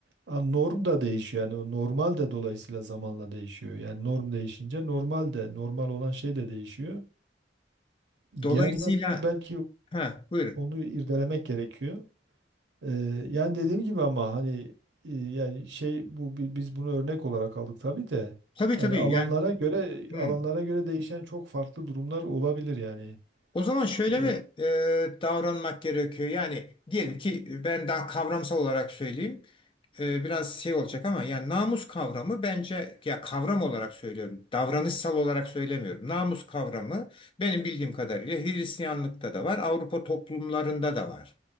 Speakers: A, on the right; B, on the left.
A: a, norm da değişiyor. Yani o normal de dolayısıyla zamanla değişiyor. Yani norm değişince normal de normal olan şey de değişiyor. Yani
B: Dolayısıyla
A: biraz belki
B: ha buyurun.
A: onu irdelemek gerekiyor. Ee, yani dediğim gibi ama hani e, yani şey bu bi- biz bunu örnek olarak aldık tabii de
B: Tabii
A: yani
B: tabii
A: alanlara
B: yani
A: göre
B: hı.
A: alanlara göre değişen çok farklı durumlar olabilir yani.
B: O zaman şöyle
A: Ee,
B: mi e, davranmak gerekiyor? Yani diyelim ki ben daha kavramsal olarak söyleyeyim. E, biraz şey olacak ama yani namus kavramı bence ya kavram olarak söylüyorum. Davranışsal olarak söylemiyorum. Namus kavramı benim bildiğim kadarıyla Hristiyanlıkta da var, Avrupa toplumlarında da var.